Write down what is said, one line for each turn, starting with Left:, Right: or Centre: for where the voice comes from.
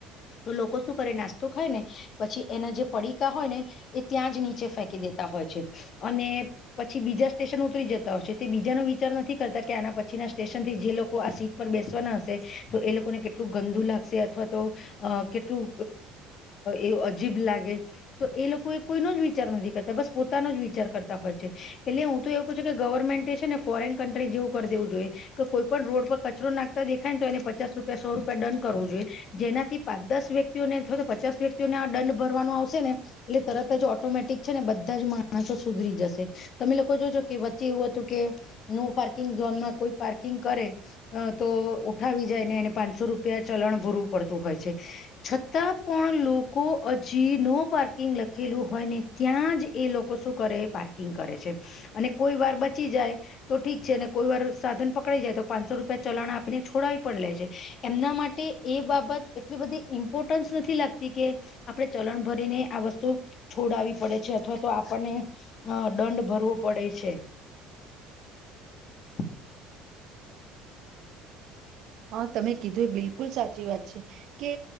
Left: તો લોકો શું કરે નાસ્તો ખાઈને પછી એના જે પડીકા હોય ને એ ત્યાં જ નીચે ફેંકી દેતા હોય છે, અને પછી બીજ બીજા સ્ટેશન ઉતરી જતા હોય છે. તે બીજાનો વિચાર નથી કરતા કે આના પછીના સ્ટેશનથી જે લોકો આ સીટ પર બેસવાના તો, એ લોકોને કેટલું ગંદુ લાગશે અથવા તો કેટલું એ અજીભ લાગે તો એ લોકો એ કોઈનો જ વિચાર નથી કરતા. બસ પોતાનો જ વિચાર કરતા હોય છે. એટલે એવું છે કે ગવર્મેન્ટે છે ને ફોરેન કન્ટ્રી જેવું કરી દેવું જોઈએ, કે કોઈ પણ રોડ પર કચરો નાખતા દેખાય એને પચાસ રૂપિયા સો રૂપિયા દંડ કરવું જોઈએ. જેનાથી પાંચ-દસ વ્યક્તિઓને અથવા તો પચાસ વ્યક્તિઓ ભરવાનું આવશે ને એટલે તરત જ ઓટોમેટિક છે ને, બધા જ માણસો સુધરી જશે. તમે લોકો જો કે વચ્ચે એવું હતું કે નો પાર્કિંગ ઝોનમાં કોઈ પાર્કિંગ કરે તો ઉઠા આવી જાયને એને પાંચસો રૂપિયા ચલણ ભરવું પડતું હોય છે. છતાં પણ લોકો હજી નો પાર્કિંગ લખેલું હોય ને ત્યાં જ એ લોકો શું કરે પાર્કિંગ કરે છે. અને કોઈ વાર બચી જાય તો ઠીક છે, અને કોઈ વાર સાધન પકડાઈ જાય તો પાંચસો રૂપિયા ચલાણા આપીને છોડ છે. એમના માટે એ બાબત એટલી બધી ઇમ્પોર્ટન્સ નથી લાગતી કે આપણે ચલણ ભરીને આ વસ્તુ છોડાવી પડે છે. અથવા તો આપણને એ દંડ ભરવો પડ
Right: પડે છે.
Left: <inaudible>
Right: હા, તમે કીધું એ બિલકુલ સાચી વાત છે. કે